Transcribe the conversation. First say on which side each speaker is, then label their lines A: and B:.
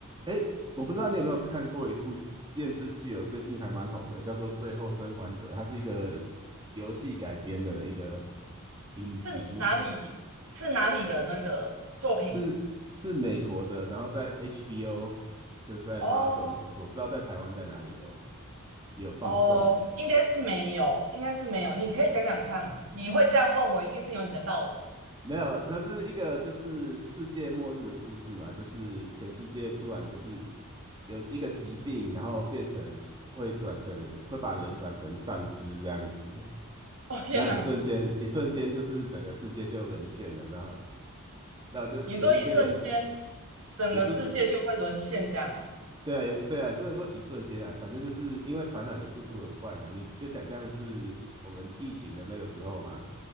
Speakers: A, on the right; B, on the right.
A: 诶，我不知道你有没有看过一部电视剧哦，最近还蛮红的，叫做《最后生还者》，它是一个游戏改编的一个影集，
B: 是哪里是哪里的那个作品啊
A: 是是美国的，然后在 HBO 就是在发送，
B: 哦
A: 我不知道在台湾在哪里有有放送。
B: 哦，应该是没有，应该是没有。你可以讲讲看啊，你会这样问我，一定是有你的道理。
A: 没有，它是一个就是世界末日的故事嘛，就是全世界突然就是有一个疾病，然后变成会转成会把人转成丧尸这样子。
B: <laughs> 哦天哪，
A: 那一瞬间，一瞬间就是整个世界就沦陷了。然后，那就是有一些人，
B: 你说一瞬间整个世界就会沦陷这样哦？
A: 也不是，对啊，也对啊，也不能说一瞬间啊，反正就是因为传染的速度很快嘛，你就想象是我们疫情的那个时候嘛。